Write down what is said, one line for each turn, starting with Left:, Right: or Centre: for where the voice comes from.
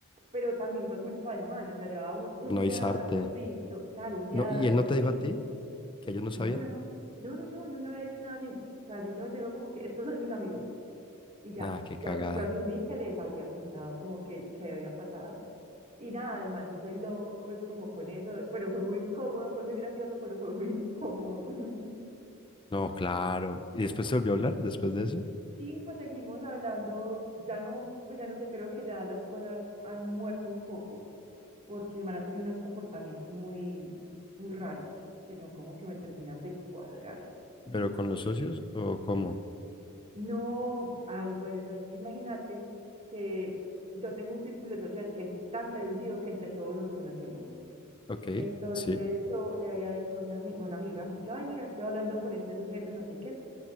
Right: pero también fue culpa del man, o sea, llevábamos un
Left: Por no
Right: día
Left: avisarte.
Right: de habernos visto, claro, un día
Left: No,
Right: de
Left: ¿y
Right: habernos
Left: él no te dijo
Right: visto.
Left: a ti que ellos no sabían?
Right: No, no, no, no, no, no, no me había hecho nada, sim- o sea, simplemente dijo como que estos son mis amigos y ya,
Left: Ah, qué
Right: yo,
Left: cagada.
Right: asu- yo asumí que les había contado como que, que había pasado y nada, el man se hizo el loco, pues como con eso, pero fue muy incómodo, fue muy gracioso, pero fue muy incómodo. <laughs>
Left: No, claro. ¿Y después se volvió a hablar después de eso?
Right: Sí, pues seguimos hablando, ya no, pues ya no sé, creo que ya las cosas han muerto un poco porque el man ha tenido unos comportamientos muy, muy raros que no como que me terminan de cuadrar.
Left: ¿Pero con los socios o cómo?
Right: No, ay, bueno, no, es que imagínate que yo tengo un círculo social que es tan reducido que entre todos nos conocemos.
Left: Ok,
Right: Entonces
Left: sí.
Right: yo le había dicho a mi ami- una amiga, y yo, ay, mira, estoy hablando con este sujeto, no sé qué,